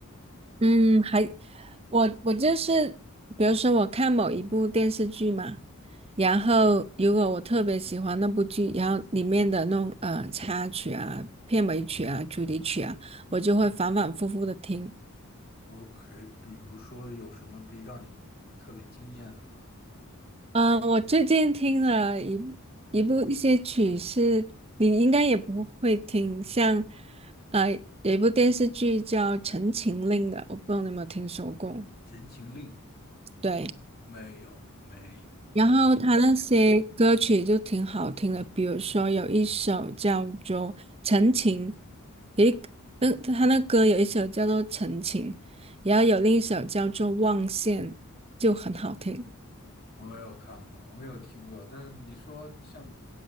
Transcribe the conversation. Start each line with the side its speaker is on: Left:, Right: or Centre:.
Right: 嗯，还我我就是，比如说我看某一部电视剧嘛，然后如果我特别喜欢那部剧，然后里面的那种呃插曲啊、片尾曲啊、主题曲啊，我就会反反复复的听。
Left: ？OK，比如说有什么比让你特别惊艳的吗？
Right: 嗯、我最近听了一一部一些曲是你应该也不会听，像呃有一部电视剧叫《陈情令》的，我不知道你有没有听说过？
Left: 《陈情令》
Right: 对。
Left: 没有，没有，
Right: 然后他那些歌曲就挺好听的，
Left: 应该没有。
Right: 比如说有一首叫做《陈情》，有一那他那歌有一首叫做《陈情》，然后有另一首叫做《望线》，就很好听。
Left: 我没有看过，我没有听过。但是你说像